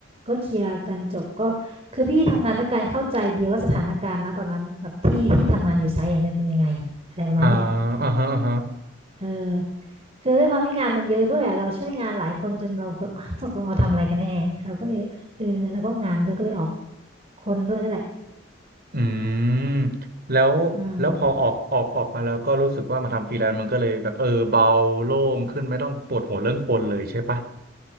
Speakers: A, on the right; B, on the right.
A: ก็เคลียร์กันจบก็คือพี่ทำงานด้วยการเข้าใจดีว่าสถานการณ์นะตอนนั้นแบบที่ที่ทำงานอยู่ไซต์อะมันเป็นยังไงอะไรประมาณเนี้ย
B: อ่าอ่าฮะอ่าฮะ
A: เออคือด้วยความที่งานมันเยอะด้วยอ่ะเราช่วยงานหลายคนจนเราแบบ <laughs> ตกลงเราทำอะไรกันแน่เราก็เลยเออแล้วก็งานเลยก็เลยออก คนด้วยนั่นแหละ
B: อืมแล้วแล้วพอออกออกออกมาแล้วก็รู้สึกว่ามาทำฟรีแลนซ์มันก็เลยแบบเออเบาโล่งขึ้นไม่ต้องปวดหัวเรื่องคนเลยใช่ปะ
A: อืม